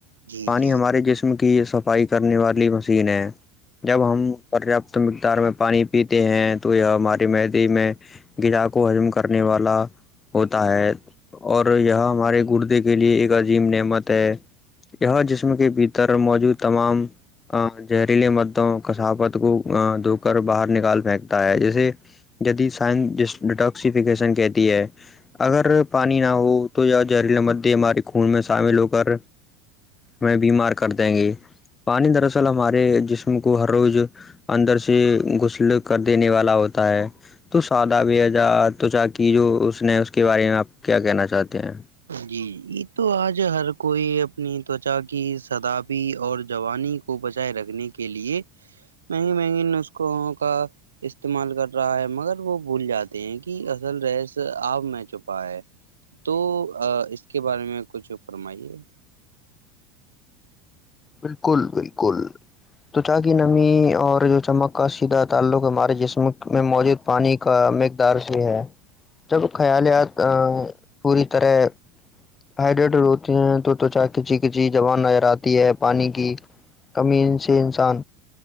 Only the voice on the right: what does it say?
جی
جی
جی یہ تو آج ہر کوئی اپنی تچا کی سدااب اور جوانی کو بچائے رکھنے کے لیے مہنگے مہنگے نسخوںوں کا استعمال کر رہا ہے مگر وہ بھول جاتے ہیں کہ اصل رس آب میں چھپا ہے تو اس کے بارے میں کچھ فرمائیے